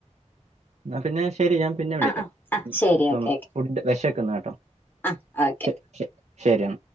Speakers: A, on the right (about 65°); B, on the left (about 15°).
A: എന്നാ പിന്നെ ശരി ഞാൻ പിന്നെ വിളിക്കാം
B: ആഹ് ആഹ് ആഹ് ശരി
A: ഇപ്പം
B: ഓക്കെ ഓക്കെ
A: ഫുഡ് വെഷക്കന്ന് കേട്ടോ
B: ആഹ് ഓക്കെ
A: ശ ശരിയാ